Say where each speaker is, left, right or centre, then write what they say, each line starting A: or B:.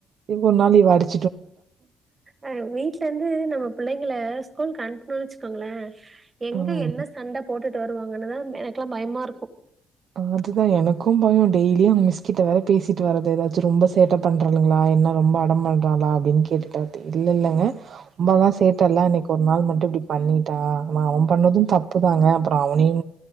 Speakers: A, on the right; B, on the right.
A: ஒரு நாள் இவ அடிச்சா
B: ஆ வீட்ல இருந்து நம்ம பிள்ளைங்கள ஸ்கூலுக்கு அனுப்புனோன்னு வச்சுக்கோங்களே எங்க
A: ம்
B: என்ன சண்ட போட்டுட்டு வரு வாங்கன்னுதா எனக்கெல்லா பயமா இருக்கு
A: அதுதா எனக்கு பயோ டெய்லியு மிஸ் கிட்ட வேற பேசிட்டு வரது எதாச்சு ரொம்ப சேட்ட பண்றாளுங்களா என்ன ரொம்ப அடம் பண்றாளா அப்டின்னு கேட்டுட்ட அப்டி இல்ல இல்லங்க ரொம்பல்லா சேட்ட இல்ல அன்னக்கி ஒரு நாள் மட்டு இப்டி பண்ணிட்டா ஆனா அவன பண்ணது தப்புதாங்க அப்புறோ அவனையு